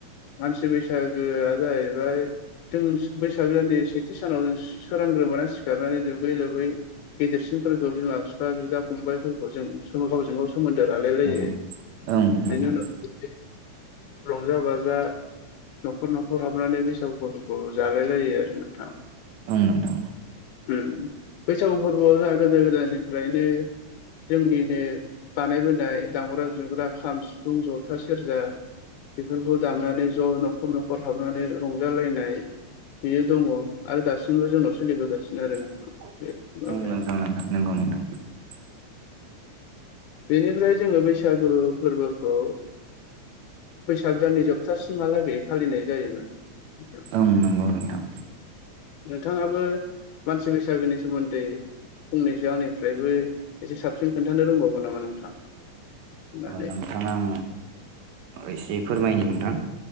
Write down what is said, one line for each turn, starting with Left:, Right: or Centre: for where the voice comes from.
Left: मानसि बैसागोआ जायैबाय जों बैसाग दाननि सेथि सानाव जों सोरांग्रोमोना सिखारनानै दुगै लोबै गेदेरसिनफोरखौ बिमा बिफा बिदा फंबायफोरखौ जों गावजों गाव सोमोन्दो लालायलायो
Right: ओं ओं नोंथां
Left: बेनि उनाव रंजा - बाजा न'खर न'खर हाबनानै बैसागुफोरखौ जालाय लायो आरो नोंथां।
Right: ओं नोंथां।
Left: उम बैसागु फोरबोआव जोंहा गोदो गोदायनिफ्रायनो जोंनिनो बानायबोनाय दामग्रा जुग्रा खाम, सिफुं, जथा, सेरजा बेफोरखौ दामनानै ज' न'खर न'खर हाबनानै रंजालायनाय बियो दङ आरो दासिमबो जोंनाव सोलिबोगासिनो आरो। नोंथां
Right: <unintelligible>
Left: बे माबाया बेनिफ्राय जोङो बैसागु फोरबोखौ बैसाग जाननि जोबथासिमहालागै फालिनाय जायोमोन।
Right: ओं नंगौ नोंथां
Left: नोंथाङाबो मानसि बैसागोनि सोमोन्दै फंनैसो आंनिफ्रायबो एसे साबसिन खोन्थानो रोंबावगोन नामा नोंथां। होननानै
Right: नोंथां आं एसे फोरमायनि नोंथां।